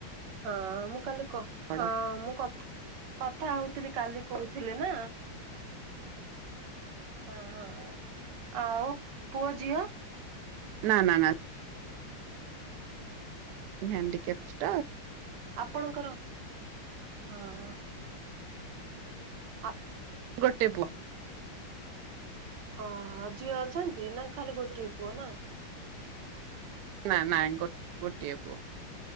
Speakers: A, on the right (about 65°); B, on the right (about 80°).
A: ହଁ ମୁଁ କାଲି କ
B: ବଡ
A: ହଁ ମୁଁ କଥ୍ କଥା ହଉଥିଲି କାଲି କହୁଥିଲେ ନା। ହଁ ଆଉ ପୁଅ ଝିଅ।
B: ନା ନା ନା ହ୍ୟାଣ୍ଡିକେପ୍ଟ ଷ୍ଟ
A: ଆପଣଙ୍କର ହଁ ଆ
B: ଗୋଟେ ପୁଅ।
A: ଓ ଝିଅ ଅଛନ୍ତି ନା ଖାଲି ଗୋଟିଏ ପୁଅ ନା?
B: ନା ନାଇଁ ଗୋ ଗୋଟିଏ ପୁଅ।